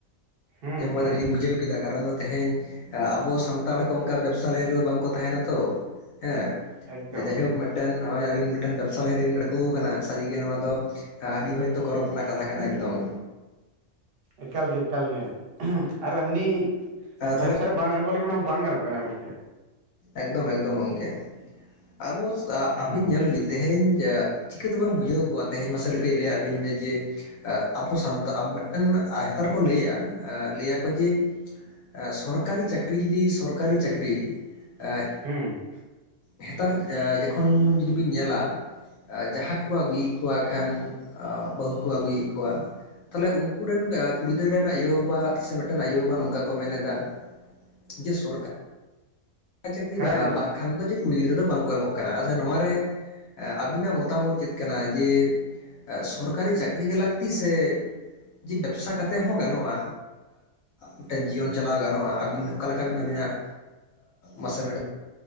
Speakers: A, on the right (about 55°); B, on the left (about 70°).
A: ᱦᱩᱸ
B: <unintelligible>
A: ᱦᱩᱸ
B: ᱟᱹᱰᱤᱧ ᱵᱩᱡᱷᱟᱹᱣ ᱠᱮᱫᱟ᱾ ᱠᱟᱨᱚᱱ ᱫᱚ ᱛᱮᱦᱮᱧ ᱟᱵᱚ ᱥᱟᱱᱛᱟᱲ ᱠᱚ ᱚᱱᱠᱟ ᱵᱮᱵᱽᱥᱟ ᱞᱟᱭᱤᱱ ᱨᱮᱫᱚ ᱵᱟᱝᱠᱚ ᱛᱟᱦᱮᱱᱟ ᱛᱚ᱾ ᱦᱮᱸ
A: ᱮᱠᱫᱚᱢ
B: ᱡᱟᱭᱦᱳᱠ ᱢᱤᱫ ᱢᱤᱫᱴᱮᱱ ᱱᱚᱜᱚᱭ ᱟᱹᱵᱤᱱ ᱢᱤᱫᱴᱮᱱ ᱵᱮᱵᱽᱥᱟ ᱞᱟᱭᱤ ᱨᱮᱵᱤᱱ ᱟᱲᱜᱳ ᱟᱠᱟᱱᱟ᱾ ᱥᱟᱹᱨᱤᱜᱮ ᱱᱚᱣᱟ ᱫᱚ ᱟᱹᱰᱤ ᱦᱚᱭᱛᱚ ᱜᱚᱨᱚᱢ ᱨᱮᱱᱟᱜ ᱠᱟᱛᱷᱟ ᱠᱟᱱᱟ ᱮᱠᱫᱚᱢ᱾
A: ᱮᱠᱟᱞ ᱜᱮ ᱮᱠᱟᱞ ᱜᱮ ᱟᱨ ᱮᱢᱱᱤ
B: ᱛᱟᱦᱚᱞᱮ
A: ᱵᱮᱵᱥᱟ ᱵᱟᱝ ᱟᱬᱜᱚ ᱞᱮᱠᱷᱟᱱ ᱦᱚᱸ ᱵᱟᱝ ᱜᱟᱱᱚᱜ ᱠᱟᱱᱟ ᱜᱚᱝᱠᱮ᱾
B: ᱮᱠᱫᱚᱢ ᱮᱠᱫᱚᱢ ᱜᱚᱢᱠᱮ ᱟᱵᱚ
A: ᱦᱩᱸ
B: ᱟᱹᱵᱤᱱ ᱧᱮᱞ ᱵᱤᱱ ᱛᱮᱦᱮᱧ ᱡᱟᱜ ᱪᱤᱠᱟᱹ ᱛᱮᱵᱚᱱ ᱵᱩᱡᱷᱟᱹᱣ ᱠᱚᱣᱟ᱾ ᱛᱮᱦᱮᱧ ᱢᱟᱥᱮ ᱠᱟᱹᱡ ᱞᱟᱹᱭᱟᱫ ᱵᱤᱱ ᱢᱮ ᱡᱮ ᱟᱵᱚ ᱥᱟᱱᱛᱟ ᱢᱤᱫᱴᱮᱱ ᱦᱮᱛᱟᱨ ᱠᱚ ᱞᱟᱹᱭᱟ ᱞᱟᱹᱭ ᱟᱠᱚ ᱡᱮ ᱥᱚᱨᱠᱟᱨᱤ ᱪᱟᱹᱠᱨᱤ ᱡᱩᱫᱤ ᱥᱚᱨᱠᱟᱨᱤ ᱪᱟᱹᱠᱨᱤ ᱟᱡ
A: ᱦᱩᱸ
B: ᱱᱮᱛᱟᱨ ᱡᱚᱠᱷᱚᱱ ᱡᱩᱫᱤ ᱵᱤᱱ ᱧᱮᱞᱟ ᱡᱟᱦᱟᱸ ᱠᱚᱠᱚ ᱟᱹᱜᱩᱭᱮᱫ ᱠᱚᱣᱟ ᱠᱷᱟᱱ ᱵᱟᱹᱦᱩ ᱠᱚ ᱟᱹᱜᱩᱭᱮᱫ ᱠᱚᱣᱟ᱾ ᱛᱟᱦᱚᱞᱮ ᱩᱝᱠᱩ ᱨᱮᱱ ᱠᱩᱲᱤ ᱜᱤᱫᱽᱨᱟᱹ ᱨᱮᱱ ᱟᱭᱳᱵᱟᱵᱟ ᱥᱮ ᱢᱤᱫᱴᱮᱱ ᱟᱭᱳᱵᱟᱵᱟ ᱱᱚᱝᱠᱟ ᱠᱚ ᱢᱮᱱᱮᱫᱟ ᱡᱮ ᱥᱚᱨᱠᱟᱨ ᱪᱟᱹᱠᱨᱤ
A: ᱦᱮᱸ ᱜᱚᱝᱠᱮ
B: ᱵᱟᱝᱠᱷᱟᱱ ᱫᱚ ᱡᱮ ᱠᱩᱲᱤ ᱜᱤᱫᱽᱨᱟᱹ ᱫᱚ ᱵᱟᱝᱠᱚ ᱮᱢᱚᱜ ᱠᱟᱱᱟ ᱟᱫᱷᱟ ᱱᱚᱣᱟ ᱨᱮ ᱮ ᱟᱹᱵᱤᱱᱟᱜ ᱢᱚᱛᱟᱢᱚᱛ ᱪᱮᱫ ᱠᱟᱱᱟ ᱡᱮ ᱥᱚᱨᱠᱟᱨᱤ ᱪᱟᱹᱠᱨᱤ ᱜᱮ ᱞᱟᱹᱠᱛᱤ ᱥᱮ ᱡᱮ ᱵᱮᱵᱥᱟ ᱠᱟᱛᱮᱜ ᱦᱚᱸ ᱜᱟᱱᱚᱜᱼᱟ ᱢᱤᱫᱴᱮᱱ ᱡᱤᱭᱚᱱ ᱪᱟᱞᱟᱣ ᱜᱟᱱᱚᱜᱼᱟ ᱟᱹᱵᱤᱱ ᱚᱠᱟᱞᱠᱟ ᱵᱤᱱ ᱟᱹᱵᱤᱱᱟᱜ ᱢᱟᱥᱮ